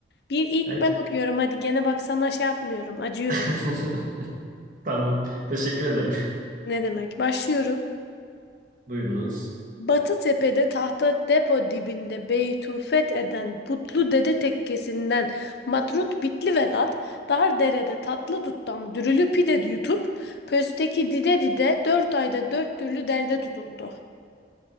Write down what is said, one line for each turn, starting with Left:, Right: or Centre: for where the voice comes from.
Left: Bir ilk
Right: Hadi.
Left: ben okuyorum. Hadi gene bak sana şey yapmıyorum. Acıyorum.
Right: <laughs> Tamam. Teşekkür ederim.
Left: Ne demek? Başlıyorum.
Right: <laughs> Buyurunuz.
Left: Batı tepede tahta depo dibinde beytufet eden putlu dede tekkesinden matrut bitli Vedat dar derede tatlı duttan dürülü pide yutup pösteki dide dide dört ayda dört türlü derde tutuldu.